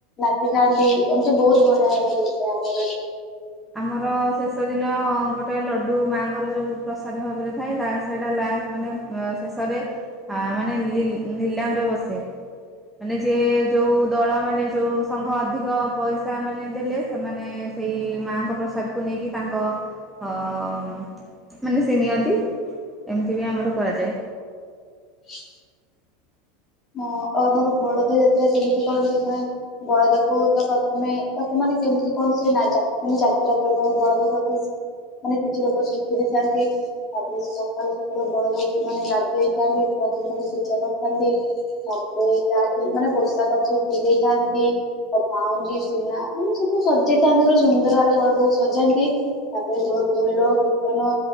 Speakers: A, on the left; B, in the centre.
A: ନାଚିଥାନ୍ତି ଏମିତି ବହୁତ ବଢିଆ ଭାବରେ ହେଇଥାଏ ଆମର ଏଠି।
B: ଆମର ଶେଷ ଦିନ ଗୋଟେ ଲଡୁ ମାଆଙ୍କର ଯୋଉ ପ୍ରସାଦ ଭାବରେ ଥାଏ ତା ସେଇଟା ଲାଷ୍ଟ ମାନେ। ଶେଷରେ ମାନେ ନିଲ ନିଲାମରେ ବସେ ମାନେ ଯେ ଯୋଉ ଦଳ ମାନେ ଯୋଉ ସଂଘ ଅଧିକ ପଇସା ମାନେ ଦେଲେ ସେମାନେ ସେଇ। ମାଆଙ୍କ ପ୍ରସାଦ। କୁ ନେଇକି ତାଙ୍କ। ହଁ-ଅ-ଅ ମାନେ ସେ ନିଅନ୍ତି ଏମିତି ବି ଆମର କରାଯାଏ।
A: <inaudible> ହ ଆଉ ଆମର ବଳଦ ଯାତ୍ରା କେମିତି କରନ୍ତି ନା ବଳଦକୁ ତ ପ୍ରଥମେ ତାକୁ ମାନେ କେମତି କଣ ସେ ମାନେ ଯା ଯାତ୍ରା କରିବ ତାକୁ ବଳଦ ପାଖ ମାନେ କିଛି ଲୋକ ଶିଖି ଦେଇଥାନ୍ତି ତାପରେ ସକାଳୁ ସକାଳୁ ବଳଦକୁ ମାନେ ଗାଧେଇଥାନ୍ତି ତାପରେ ତାକୁ ପୂଜା କରିଥାନ୍ତି। ତାପରେ ତାଠି ମାନେ ପୋଷାକ ସବୁ ପିନ୍ଧେଇଥାନ୍ତି ଆଉ ପାଉଁଜି ସୁନା ମାନେ ସବୁ ସଜେଇଥାନ୍ତି ପୁରା ସୁନ୍ଦର ଭାବେ ବଳଦକୁ ସଜାନ୍ତି ତାପରେ ଢୋଲ କୀର୍ତ୍ତନ